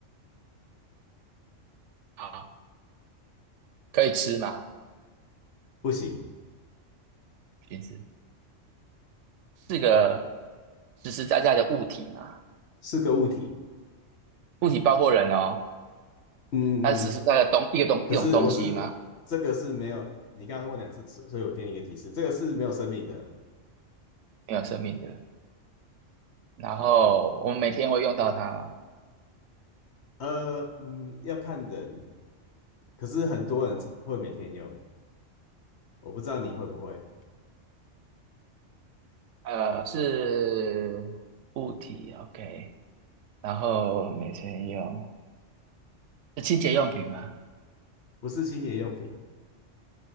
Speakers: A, on the right; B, on the left.
A: 好，可以吃吗？
B: 不行，
A: 不行吃，是个实实在在的物体嘛，
B: 是个物体。
A: 物体包括人哦，
B: 嗯嗯，
A: 它是实实在在的东一个东一种东西嘛，
B: 可是我是这个是没有，你刚刚问两次，所所以我给你一个提示，这个是没有生命的。
A: 没有生命的，然后我们每天会用到它嘛，
B: 呃，嗯，要看人，可是很多人会每天用，我不知道你会不会，
A: 呃，是物体，OK。然后每天用是清洁用品吗？
B: 不是清洁用品。